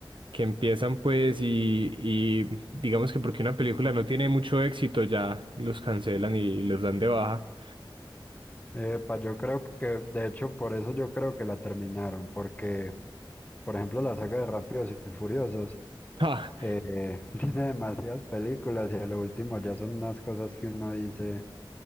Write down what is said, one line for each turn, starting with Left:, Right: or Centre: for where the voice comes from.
Right: que empiezan pues y, y digamos que porque una película no tiene mucho éxito ya los cancelan y los dan de baja. <laughs>
Left: Epa, yo creo que, de hecho, por eso yo creo que la terminaron, porque, por ejemplo, la saga de Rápidos y Furiosos
Right: Ah,
Left: eh, <laughs> tiene demasiadas películas y lo último ya son unas cosas que uno dice,